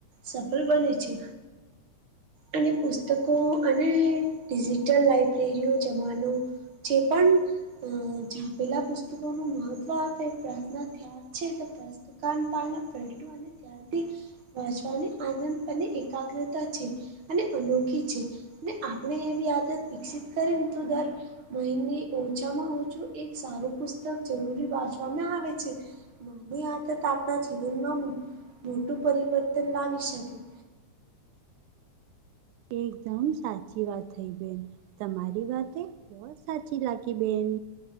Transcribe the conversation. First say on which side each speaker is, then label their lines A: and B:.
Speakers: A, on the right (about 50°); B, on the right (about 85°).
A: સફળ બને છે. અને પુસ્તકો અને ડિજિટલ લાઇબ્રેરીઓ જમાનો જે પણ <unintelligible> પુસ્તકો નો મહત્વ આપે <unintelligible> યાદ છે તો <unintelligible> પલટો અને ત્યાં બી પહોચવાની આનંદ અને એકાગ્રતા છે. અને અનોખી છે અને આપણે એવી આદત વિકસિત કરીને <unintelligible> મહિને ઓછામાં ઓછું એક સારું પુસ્તક જરૂરી વાંચવામાં આવે છે. નાની આદત આપણા જીવનમાં મોટું પરિવર્તન લાવી શકે.
B: એકદમ સાચી વાત થઈ બેન, તમારી વાતે બવ સાચી લાગી બેન.